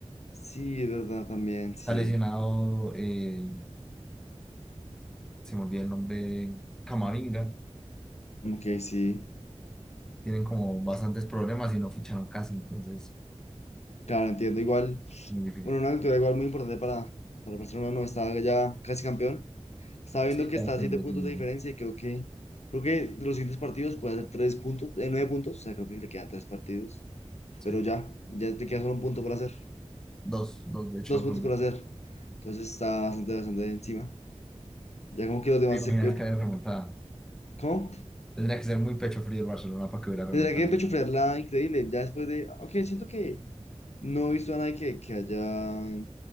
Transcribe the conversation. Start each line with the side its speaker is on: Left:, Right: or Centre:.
Left: Sí, es verdad, también, sí.
Centre: Está lesionado, eh, se me olvidó el nombre, Camavinga.
Left: Ok, sí.
Centre: Tienen como bastantes problemas y no ficharon casi, entonces
Left: Claro, entiendo. Igual,
Centre: muy difícil.
Left: bueno, una victoria igual muy importante para, para el Barcelona, no estaba ya casi campeón. Estaba viendo
Centre: Sí,
Left: que
Centre: ya
Left: está
Centre: depende
Left: a siete
Centre: de
Left: puntos
Centre: sí, mismo.
Left: de diferencia y creo que, creo que los siguientes partidos puede hacer tres puntos, eh, nueve puntos, o sea, creo que le quedan tres partidos,
Centre: sí.
Left: pero
Centre: sí.
Left: ya, ya te queda solo un punto por hacer,
Centre: Dos, dos de hecho.
Left: dos puntos
Centre: son
Left: por
Centre: dos.
Left: hacer. Entonces está bastante, bastante encima. Ya como que los demás
Centre: ¿Te imaginas
Left: se... eh,
Centre: que haya remontada?
Left: ¿Cómo?
Centre: Tendría que ser muy pecho frío el Barcelona para que hubiera remontado.
Left: Tendrá que pechofrearla increíble, ya después de... Ok, siento que no he visto a nadie que, que haya